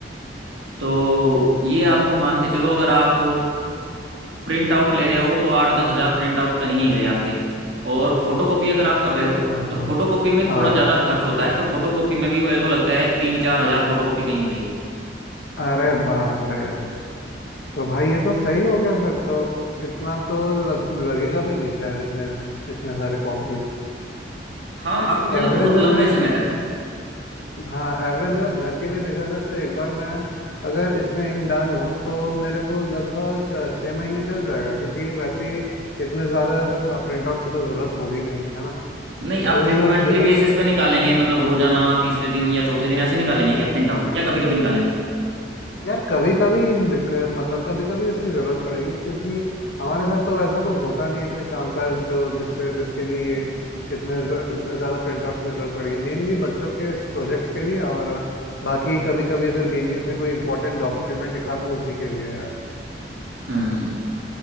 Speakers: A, on the right; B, on the left.
A: तो ये आपको मान के चलो अगर आप प्रिंट आउट ले रहे हो तो आठ दस हज़ार प्रिंट आउट कहीं नहीं गए आपके और फोटोकॉपी अगर आप कर रहे हो
B: अरे
A: तो
B: बाप
A: फोटोकॉपी
B: रे
A: में
B: हाँ
A: थोड़ा ज़्यादा खर्च होता है तो फोटोकॉपी में भी मेरे को लगता है तीन चार हज़ार फोटोकॉपी कहीं नहीं गई
B: अरे बाप रे तो भाई ये तो सही हो गया फिर तो इतना तो लग, लगेगा भी नहीं शायद इतने इतने सारे कॉपीज
A: हाँ आपको मतलब
B: एवरेज
A: बहुत लंबे
B: अगर
A: समय तक
B: हाँ एवरेज अगर घर के लिए देखा जाए तो एक बार मैं अगर इसमें इंक डालूं तो मेरे को लगभग अ, छः महीने चल जाएगा क्योंकि वैसे ही इतने ज़्यादा प्रिंटआउट्स की तो ज़रूरत होगी नहीं है ना
A: नहीं आप
B: तो
A: फ्रिक्वेंटली
B: उस हिसाब से देखा
A: बेसिस
B: जाए तो
A: पे निकालेंगे मतलब रोजाना तीसरे दिन या चौथे दिन ऐसे निकालेंगे क्या प्रिंट आउट या कभी कभी निकालेंगे
B: यार कभी कभी दिक्कत मतलब कभी कभी इसकी जरूरत पड़ेगी क्योंकि हमारे घर तो वैसा कुछ होता नहीं है कोई कामकाज जो जिससे जिसके लिए ये इतने ज- इतने ज्यादा प्रिंटआउट्स की जरूरत पड़ेगी मेनली बच्चों के प्रोजेक्ट्स के लिए और बाकी कभी कभी अगर बीच बीच में कोई इंपॉर्टेंट डॉक्यूमेंट निकालना हो, उसी के लिए यार
A: हम्म